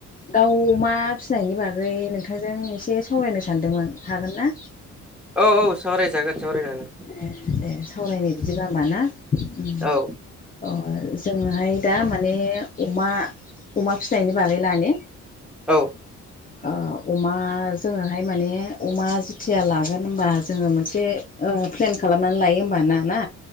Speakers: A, on the left; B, in the centre.
A: दाउ अमा फिसिनायनि बागै नोंथांजों एसे सावरायनो सानदोंमोन हागोन ना?
B: औ औ सावरायजागोन-सावरायजागोन
A: ए दे सावरायनाय बिदिबा ओमबा ना उम
B: औ
A: अ जोंहाय दा माने अमा अमा फिनायनि बागै लानि
B: औ
A: <inaudible> ओ अमा जोङोहाय माने अमा जेथिया लागोन ओमबा जोङो मोनसे ओ प्लेन खालामनानै लायो ओमबा ना ना